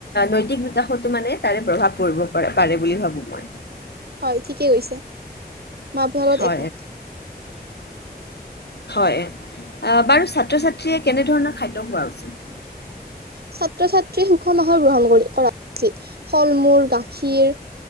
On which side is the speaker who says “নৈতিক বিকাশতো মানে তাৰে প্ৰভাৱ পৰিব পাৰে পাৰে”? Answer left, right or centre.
Left